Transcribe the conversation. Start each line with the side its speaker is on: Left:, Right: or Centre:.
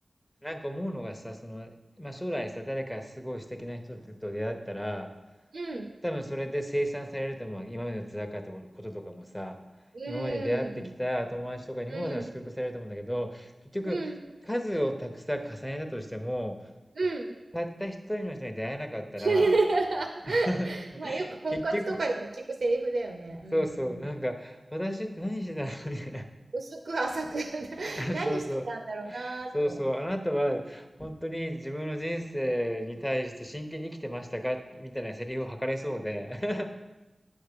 Left: なんか思うのがさ、その、まあ、将来さ、誰かすごい素敵な人と出会ったら、
Right: うん、
Left: 多分それで清算されると思う。今までの辛かったこととかもさ、
Right: うん、
Left: 今まで出会ってきた友達とかにもさ、
Right: うん、
Left: 祝福されると思うんだけど、結局、
Right: うん、
Left: 数をたくさん重ねたとしても、
Right: うん。
Left: たった一人の人に出会えなかったら、
Right: <laughs>
Left: <laughs>
Right: まあ、よく婚活とかでも聞くセリフだよね。
Left: 結局、
Right: う
Left: そうそう、なんか、
Right: ん。
Left: 私って何してたのみたいな。
Right: 薄く浅く <laughs>
Left: <laughs>
Right: 何してたんだろうなーって。
Left: そうそう。そうそう、あなたは本当に自分の人生に対して真剣に生きてましたかみたいなセリフを吐かれそうで。<laughs>